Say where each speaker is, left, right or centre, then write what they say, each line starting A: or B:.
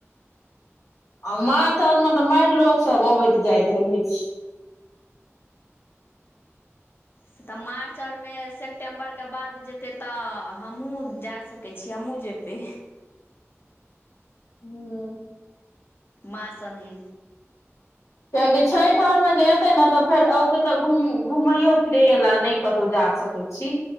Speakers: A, on the left; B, on the left.
A: आ मार्च अर मे तऽ मारि लोक सब अबैत जाइत रहै छै
B: से तऽ मार्च आओर मे सेप्टेम्बरके बाद जेतै तऽ हमहूँ जा सकै छी हमहुँ जेबै
A: हू
B: माँ सने
A: छठि आओर मे जे एते ने तऽ फेर औते तऽ घुमैयो फिरै लए नहि कतहु जा सकतै छी